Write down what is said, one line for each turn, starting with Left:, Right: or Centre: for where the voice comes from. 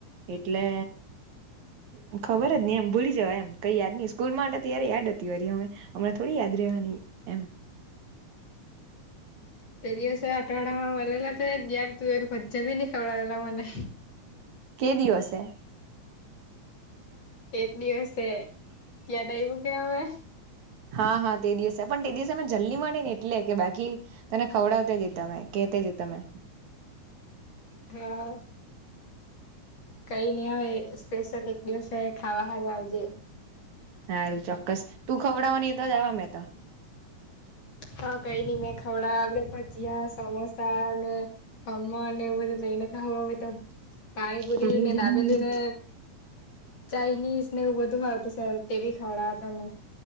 Right: એટલે <unintelligible> <inaudible> ખબર જ હી એમ ભૂલી જવા એમ કઈ યાદ નહી સ્કૂલ માટે તય્યારે યાદ હતી વારી હ હમણા થોડી યાદ રહેવાની એમ <inaudible>
Left: બે દિવસે અઠવાડા માં મળેલા તો યાર તું એ ભજ્જયા બી નહી ખવડાવેલા મને.
Right: કે દિવસે
Left: એક દિવસે યાદ આઈવું કે હવે?
Right: હા હા તે દિવસે પણ તે દિવસે અમે જલ્દી માટી ને એટલે કે બાકી તને ખવડાવતા કેતે તમે
Left: હા હા. કઈ નહી હવે સ્પેશિયલ એક દિવસે ખાવા હારું આવજે.
Right: સારું ચોક્કસ તું ખવડાવવાની તો જવા મે તો.
Left: હા કઈની મે થોડા આપડે ભજીયા સમોસા અને ખમણ એવું બધું લઈને ખાવા તો પાણી પુરી
Right: કાલે
Left: ને
Right: જઈને
Left: ડાબેલી ને ચાાઈનીઝને એવું બધું ખાવતું સા તે બી ખાડા તને.